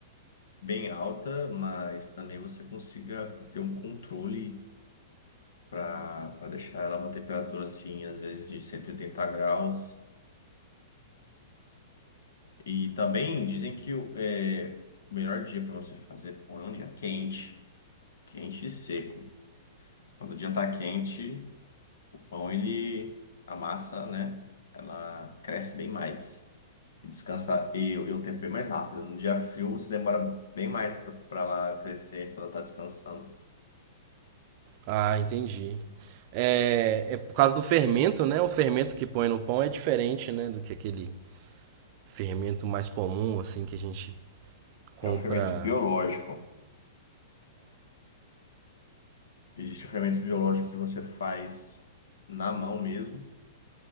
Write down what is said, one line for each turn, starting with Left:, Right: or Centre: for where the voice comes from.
Left: bem alta, mas também você consiga ter um controle para para deixar ela uma temperatura assim, às vezes de 180 graus. E também dizem que o é, o melhor dia para você fazer pão é um dia quente, quente e seco. Quando o dia tá quente, o pão ele a massa, né? Ela cresce bem mais. E descansa e o e o tempo bem mais rápido. No dia frio, você demora bem mais para ela crescer quando ela está descansando.
Right: Ah, entendi. É, é por causa do fermento, né? O fermento que põe no pão é diferente, né, do que aquele fermento mais comum, assim, que a gente compra
Left: É um fermento biológico. Existe o fermento biológico que você faz na mão mesmo,